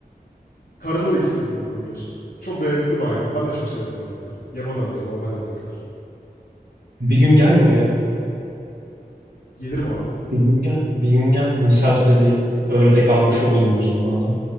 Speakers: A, on the left (about 70°); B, on the right (about 75°).
A: Karada da istediğini yapabiliyorsun. Çok dayanıklı bir hayvan. Ben de çok severim ördekleri. Yaban ördeği, normal ördekler.
B: Bir gün gel buraya.
A: Gelirim abi.
B: Bir gün gel. Bir gün gel misafir
A: Gelmek isterim.
B: edeyim. Ördek almış
A: Olur valla.
B: olurum o zamana